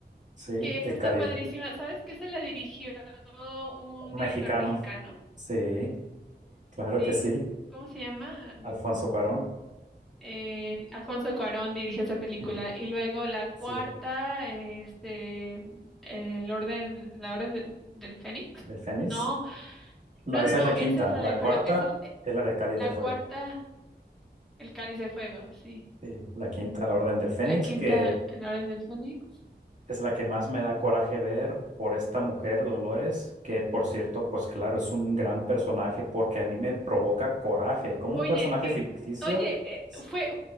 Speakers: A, on the right; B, in the centre.
A: Sí,
B: Que esa
A: el
B: está
A: cáliz
B: padrísima. ¿Sabes que se la dirigió un
A: mexicano.
B: director mexicano?
A: Sí,
B: Eh,
A: claro
B: sí,
A: que sí.
B: ¿cómo se llama?
A: Alfonso Cuarón.
B: Eh, Alfonso Cuarón dirigió esa película.
A: <laughs>
B: Y luego la
A: Sí,
B: cuarta, este, el orden, la orden de- del Fénix.
A: del Fénix.
B: No,
A: La,
B: no,
A: esa
B: no, no,
A: es la
B: esa
A: quinta.
B: es la
A: La
B: de, Ja-
A: cuarta
B: esa es
A: es la de Cáliz
B: la
A: de Fuego.
B: cuarta, el Cáliz de Fuego, sí.
A: Sí, la quinta, la Orden del Fénix,
B: La quinta,
A: que
B: la orden del Fénix.
A: es la que más me da coraje ver por esta mujer, Dolores, que por cierto, pues claro, es un gran personaje porque a mí me provoca coraje. Como
B: Oye,
A: un personaje
B: y-
A: ficticio,
B: oye, eh,
A: sí,
B: fue,